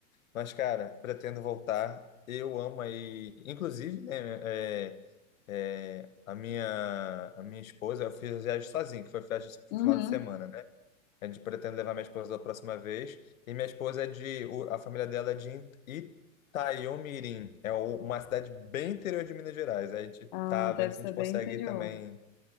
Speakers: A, on the left; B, on the left.
A: Mas, cara, pretendo voltar. Eu amo aí, inclusive, né? é, é, a minha, a minha esposa, eu fiz a viagem sozinho, que foi viagem
B: Uhum.
A: no final de semana, né? A gente pretende levar minha esposa da próxima vez. E minha esposa é de, o- a família dela é de Itaiomirim, é o- uma cidade bem interior de Minas Gerais. A gente
B: Ah,
A: tá vendo
B: deve
A: se
B: ser
A: a gente consegue
B: bem interior.
A: ir também